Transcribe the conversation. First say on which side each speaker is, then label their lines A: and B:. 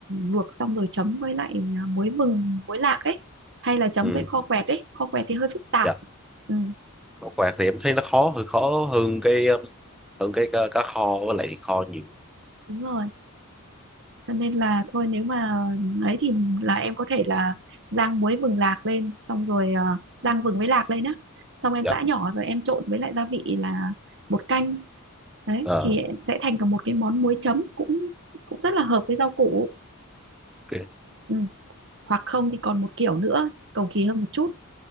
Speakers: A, on the right; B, in the centre.
A: luộc xong rồi chấm với lại ờ, muối vừng muối lạc ấy hay là chấm
B: ừ
A: với kho quẹt ấy kho quẹt thì hơi phức tạp
B: dạ
A: ừ,
B: khảo quạt thì em thấy nó khó hơi khó hơn cái um, hơn cái cá, cá kho với lại thịt kho nhiều
A: đúng rồi cho nên là thôi nếu mà ấy thì là em có thể là rang muối vừng lạc lên xong rồi ờ, rang vừng với lạc lên á xong em
B: dạ
A: giã nhỏ rồi em trộn với lại gia vị là bột canh đấy
B: ờ
A: thì sẽ thành cả một cái món muối chấm cũng cũng rất là hợp với rau củ
B: ok
A: ừ. hoặc không thì còn một kiểu nữa cầu kỳ hơn một chút